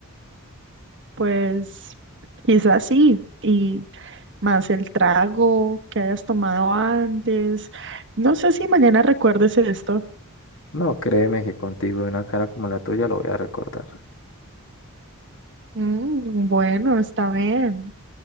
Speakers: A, on the right; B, on the left.
A: Pues quizás sí, y más el trago que hayas tomado antes. No sé si mañana recuerdes esto.
B: No, créeme que contigo y una cara como la tuya lo voy a recordar.
A: Mm, bueno, está bien.